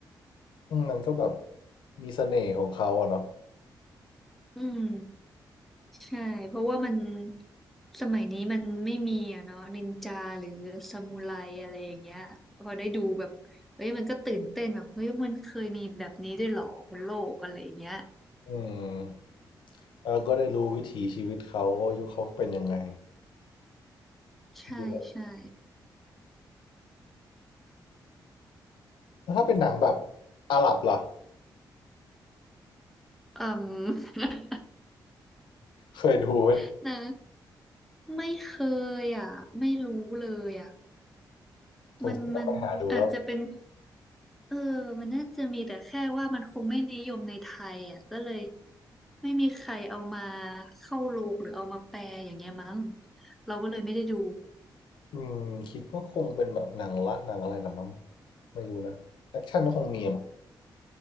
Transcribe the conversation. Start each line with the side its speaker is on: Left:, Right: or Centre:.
Left: อืมมันก็แบบมีเสน่ห์ของเขาอะเนาะ
Centre: อืมใช่เพราะว่ามันสมัยนี้มันไม่มีอะเนาะนินจาหรือซามูไรอะไรอย่างเงี้ยพอได้ดูแบบเฮ้ยมันก็ตื่นเต้นแบบเฮ้ยมันเคยมีแบบนี้ด้วยเหรอบนโลกอะไรอย่างเงี้ย
Left: อืมแล้วก็ได้รู้วิถีชีวิตเขาว่ายุคเขาเป็นยังไง
Centre: ใช่ใช่
Left: ดูแบบแล้วถ้าเป็นหนังแบบอาหรับล่ะ
Centre: อืม
Left: เคยดูไหม
Centre: <laughs> นะไม่เคยอ่ะไม่รู้เลยอ่ะ
Left: สงสัยต้องไปหาดูแล้ว
Centre: มันมันอาจจะเป็น เออมันน่าจะมีแต่แค่ว่ามันคงไม่นิยมในไทยอ่ะก็เลยไม่มีใครเอามาเข้าโรงหรือเอามาแปลอย่างเงี้ยมั้งเราก็เลยไม่ได้ดู
Left: อืมคิดว่าคงเป็นแบบหนังรักหนังอะไรละมั้งไม่รู้นะแอคชั่นก็คงมีอะมั้ง